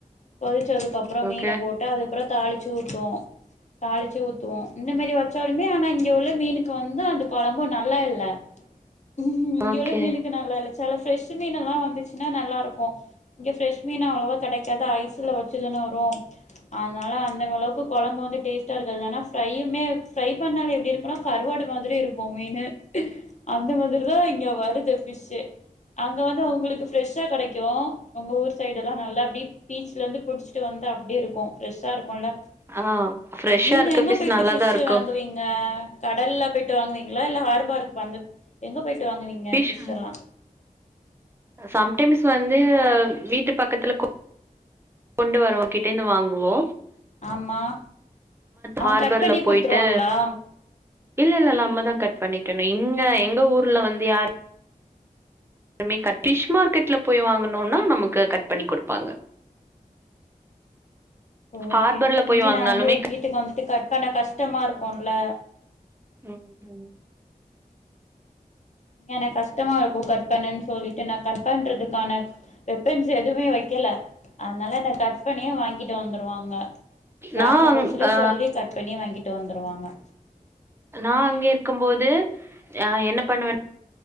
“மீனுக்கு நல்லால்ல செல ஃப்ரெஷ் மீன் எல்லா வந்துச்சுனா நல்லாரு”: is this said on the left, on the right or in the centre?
Left